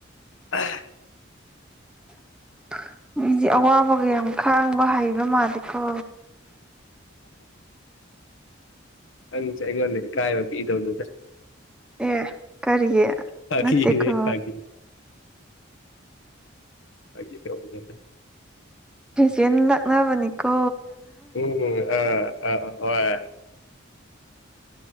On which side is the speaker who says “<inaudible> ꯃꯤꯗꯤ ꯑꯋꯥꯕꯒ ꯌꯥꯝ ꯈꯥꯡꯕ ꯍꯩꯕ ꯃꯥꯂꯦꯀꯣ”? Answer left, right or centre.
Centre